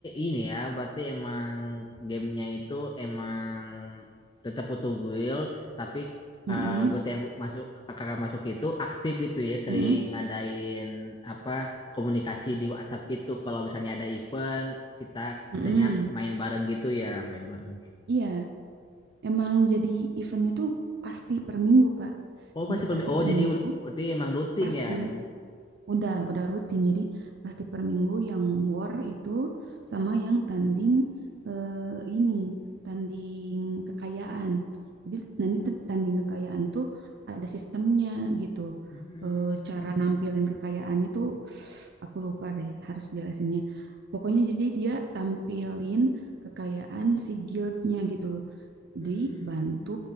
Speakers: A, on the left; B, on the right.
A: ini ya, berarti emang gamenya itu emang tetap butuh guild, tapi eh
B: Mm-mm,
A: gue yang masuk kakak masuk itu aktif gitu ya, sering
B: mm-mm,
A: ngadain apa komunikasi di WhatsApp gitu. Kalau misalnya ada event, kita
B: mm-mm.
A: misalnya main bareng gitu ya, main bareng.
B: Iya, emang jadi eventnya tuh pasti per minggu, Kak.
A: Oh
B: Jadi
A: pasti permi.
B: pasti
A: Oh
B: per
A: jadi
B: minggu,
A: berarti emang rutin
B: pasti.
A: ya emang.
B: Udah, udah rutin. Jadi pasti per minggu yang war itu sama yang tanding eh, ini, tanding kekayaan. Jadi nanti tuh tanding kekayaan tuh ada sistemnya gitu.
A: Hmm,
B: Eh, cara nampilin kekayaannya tuh <sighs> aku lupa deh, harus jelasinnya. Pokoknya jadi dia tampilin kekayaan si guildnya gitu,
A: hmm,
B: dibantu